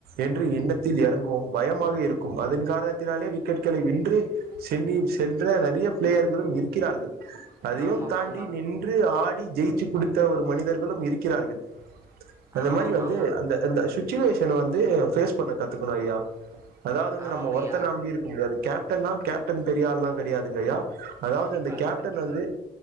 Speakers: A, on the right; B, on the right.
A: என்று எண்ணத்தில் எறங்குவோம் பயமாக இருக்கும் அதன் காரணத்தினாலே விக்கெட்களை வின்று செல்லி சென்ற நிறைய பிளேயர்களும் இருக்கிறார்கள் அதையும்
B: ஆமாம்
A: தாண்டி
B: ஆமாம்
A: நின்று ஆடி ஜெயிச்சு குடுத்த ஒரு மனிதர்களும் இருக்கிறார்கள் அந்த
B: ஆமாம்
A: மாரி வந்து
B: ஆமாம்
A: அந்த அந்த சுச்சுவேஷனை வந்து பேஃஸ் பண்ண கத்துக்கணும் ஐயா அதாவது வந்து
B: ஆமாம்
A: நம்ம ஒருத்தனை
B: ஐயா
A: நம்பி இருக்க முடியாது கேப்டன்னா கேப்டன் பெரியாலுல கிடாயாதுங்கஐயா அதாவது
B: கண்டிப்பாக
A: இந்தந்த கேப்டன்
B: கண்டிப்பாக
A: வந்து